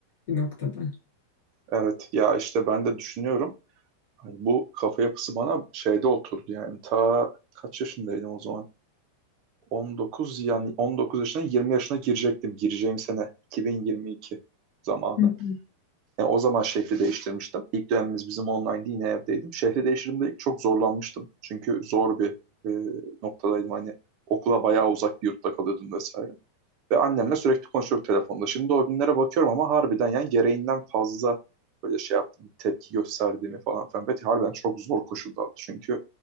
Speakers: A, on the left (about 65°); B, on the right (about 40°).
A: bir noktada.
B: Evet ya işte ben de düşünüyorum. Hani bu kafa yapısı bana şeyde oturdu yani ta kaç yaşındaydım o zaman? 19 yani 19 yaşına 20 yaşına girecektim. Gireceğim sene 2022 zamanı.
A: Hı hı.
B: Yani o zaman şehri değiştirmiştim. İlk dönemimiz bizim online'di yine evdeydim. Şehri değiştirdiğimde ilk çok zorlanmıştım. Çünkü zor bir e, noktadaydım. Hani okula bayağı uzak bir yurtta kalıyordum vesaire. Ve annemle sürekli konuşuyorduk telefonda. Şimdi o günlere bakıyorum ama harbiden yani gereğinden fazla böyle şey yaptım, tepki gösterdiğimi falan filan. Belki harbiden çok zor koşullardı çünkü